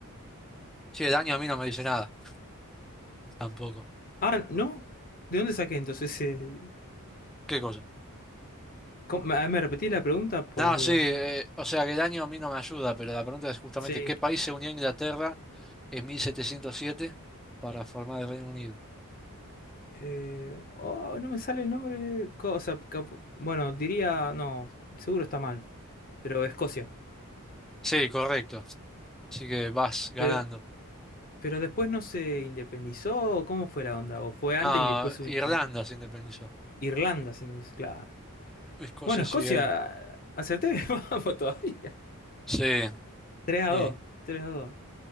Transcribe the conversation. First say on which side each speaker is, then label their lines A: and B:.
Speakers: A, in the centre; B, on the left (about 40°).
A: Sí, el año a mí no me dice nada, tampoco.
B: Ah, ¿no? ¿De dónde saqué entonces? eh,
A: ¿Qué cosa?
B: ¿cómo- ¿Me me repetí la pregunta por
A: No,
B: las dudas?
A: sí, eh, o sea que el año a mí no me ayuda, pero la pregunta es justamente,
B: Sí.
A: ¿qué país se unió a Inglaterra en 1707 para formar el Reino Unido?
B: Eh, oh, no me sale el nombre. co- O sea, cap- bueno, diría, no, seguro está mal, pero Escocia.
A: Sí, correcto. Así que vas ganando.
B: Pero, pero después no se independizó, ¿cómo fue la onda? ¿O fue antes
A: No,
B: y después se unió?
A: Irlanda se independizó.
B: Irlanda, se independizó, claro.
A: Escocia
B: Bueno,
A: sí
B: Escocia,
A: hay.
B: acerté, <laughs> vamos todavía.
A: Sí.
B: 3 a
A: Y
B: 2. 3 a 2.